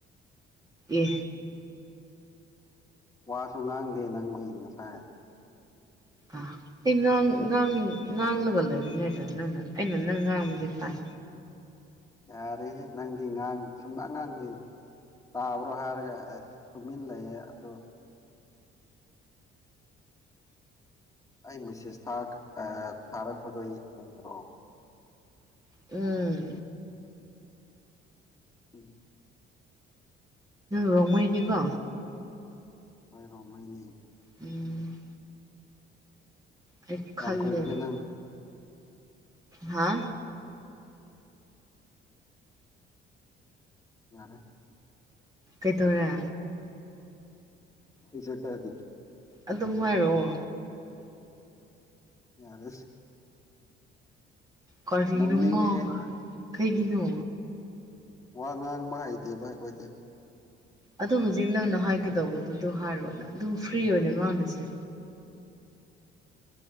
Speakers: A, on the right; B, on the left.
A: ꯑꯦ
B: ꯋꯥꯁꯨ ꯉꯥꯡꯗꯦ ꯅꯪꯗꯤ ꯉꯁꯥꯏ
A: ꯑ ꯑꯩ ꯉꯥꯡ ꯉꯥꯡ ꯉꯥꯡꯂꯒ ꯂꯩꯕꯅꯦ ꯐꯖꯅ ꯑꯩꯅ ꯅꯪ ꯉꯥꯡꯕꯗꯤ ꯇꯥꯏ
B: ꯌꯥꯔꯦ ꯍꯦ ꯅꯪꯗꯤ ꯉꯥꯡ ꯁꯨꯝꯉꯥꯡ ꯉꯥꯡꯗꯦ ꯇꯥꯕ꯭ꯔꯣ ꯍꯥꯏꯔꯒ ꯑꯁ ꯇꯨꯃꯤꯟ ꯂꯩꯌꯦ ꯑꯗꯨ ꯑꯩ ꯃꯤꯁꯦꯁ ꯊꯥꯛ ꯑ ꯊꯥꯔꯛꯄꯗꯣ ꯌꯦꯡꯗ꯭ꯔꯣ
A: ꯎꯝ
B: ꯎꯝ
A: ꯔꯣꯡꯃꯩꯅꯤ ꯀꯣ
B: ꯍꯣꯏ ꯔꯣꯡꯃꯩꯅꯤ
A: ꯎꯝ ꯑꯩ
B: ꯌꯥꯝ
A: ꯈꯜ
B: ꯀꯨꯏꯔꯒꯦ
A: ꯂꯦꯕ
B: ꯅꯪ
A: ꯍꯥꯥ
B: ꯌꯥꯔꯦ
A: ꯀꯩꯗꯧꯔꯦ
B: ꯀꯩꯁꯨ ꯇꯥꯗꯦ
A: ꯑꯗꯨꯝ ꯍꯥꯏꯔꯛꯑꯣ
B: ꯌꯥꯔꯦ
A: ꯀꯔꯤꯅꯣ
B: ꯅꯣꯛꯅꯤꯡꯉꯦ
A: ꯉꯣ ꯀ꯭ꯔꯤꯒꯤꯅꯣ
B: ꯋꯥ ꯉꯥꯡꯕ ꯍꯩꯇꯦꯕ ꯑꯩꯈꯣꯏꯗꯤ
A: ꯑꯗꯨ ꯍꯧꯖꯤꯛ ꯅꯪꯅ ꯍꯥꯏꯒꯗꯧꯕꯗꯨꯗꯣ ꯍꯥꯏꯔꯣꯑꯣꯅ ꯑꯗꯨꯝ ꯐ꯭ꯔꯤ ꯑꯣꯏꯅ ꯉꯥꯎꯅꯁꯦ